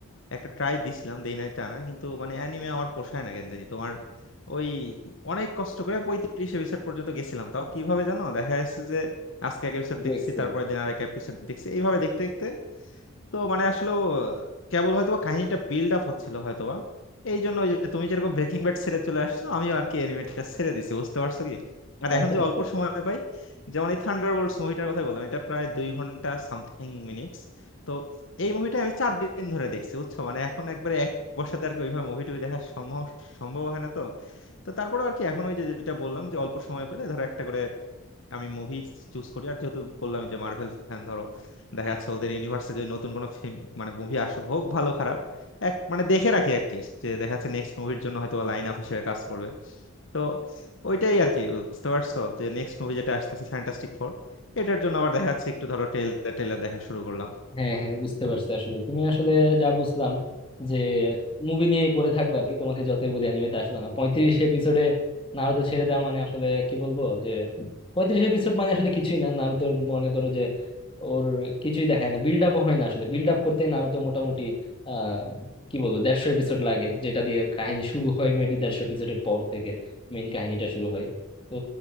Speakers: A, on the left; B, on the left.
A: একটা ট্রাই দিছিলাম দেই নাই তা না কিন্তু মানে অ্যানিমে আমার পোষায় না কেন জানি তোমার ওই অনেক কষ্ট করে পঁয়ত্রিশ এপিসোড পর্যন্ত গেছিলাম তাও কিভাবে জানো দেখা যাচ্ছে যে আজকে এক এপিসোড
B: টু
A: দেখছি
B: এক্সেল?
A: তারপরে দিন আর এক এপিসোড দেখছি এইভাবে দেখতে দেখতে তো মানে আসলে ও কেবল হয়তো বা কাহিনীটা বিল্ড আপ হচ্ছিল হয়তোবা এই জন্য ওই যে তুমি যেরকম ব্রেকিং ব্যাড ছেড়ে চলে আসছো আমি আর কি এনিমেটটা ছেড়ে দিছি বুঝতে পারছো কি আর
B: আচ্ছা
A: এখন যে
B: আচ্ছা
A: অল্প সময় পাই যেমন এই থান্ডার বোল্টস মুভিটার কথা বললাম এটা প্রায় দুই ঘন্টা সামথিং মিনিটস তো এই মুভিটা আমি চার দিন ধরে দেখছি বুঝছো মানে এখন একবারে এক বসাতে আর কি ওইভাবে মুভি টুভি দেখা সম্ভব সম্ভব হয় না তো তো তারপরে আর কি এখন ওই যে যেটা বললাম যে অল্প সময় পেলে ধরো একটা করে আমি মুভি চুজ করি আর যেহেতু বললাম যে মার্ভেল ফ্যান ধরো দেখা যাচ্ছে ওদের ইউনিভার্সে যদি নতুন কোনো ফিল্ম মানে মুভি আসুক হোক ভালো খারাপ এক মানে দেখে রাখি অ্যাটলিস্ট যে দেখা যাচ্ছে নেক্সট মুভির জন্য হয়তো লাইন আপ হিসেবে কাজ করবে তো ওইটাই আর কি বুঝতে পারছো যে নেক্সট মুভি যেটা আসতেছে ফ্যান্টাস্টিক ফোর এটার জন্য আবার দেখা যাচ্ছে একটু ধরো ট্রেলার টেলার দেখা শুরু করলাম
B: হ্যাঁ হ্যাঁ বুঝতে পারছি আসলে তুমি আসলে যা বুঝলাম যে মুভি নিয়েই পড়ে থাকবে আর কি তোমাকে যতই বলি অ্যানিমেতে আসবে না পঁয়ত্রিশ এপিসোডে নারুতো ছেড়ে দেওয়া মানে আসলে কি বলবো যে পঁয়ত্রিশ এপিসোড মানে আসলে কিছুই না নারুতোর মনে করো যে ওর কিছুই দেখায় না বিল্ড আপও হয় না আসলে বিল্ড আপ করতে নারুতো মোটামুটি আহ কি বলবো দেড়শো এপিসোড লাগে যেটা দিয়ে কাহিনী শুরু হয় মেবি দেড়শো এপিসোডের পর থেকে মেইন কাহিনীটা শুরু হয় তো